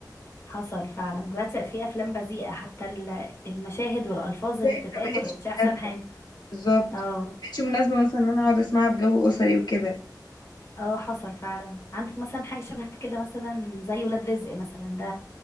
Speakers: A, on the left; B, on the left.
A: حصل فعلا دلوقتي بقت في افلام بذيئه حتى ال- المشاهد والالفاظ
B: شايف
A: اللي بتتقال
B: ما بقتش
A: ما بقتش احسن
B: مناسبة
A: حاجه
B: بالظبط
A: اه
B: ما بقتش مناسبة مثلا ان انا اقعد اسمعها في جو اسري وكده
A: اه حصل فعلا عندك مثلا حاجه شبه كده مثلا زي ولاد رزق مثلا ده